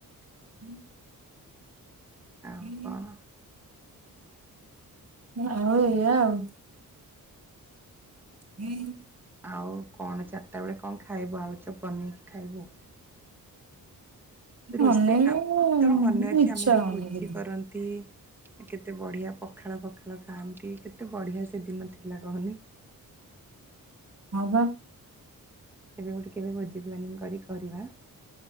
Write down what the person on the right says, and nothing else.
ହଁ। <inaudible>
ଆଉ ଏଇୟା ଆଉ। <inaudible>
ଅନେଇବାକୁ
ଇଚ୍ଛା
ହଉନି
କିଛି।
ହଁ ବା।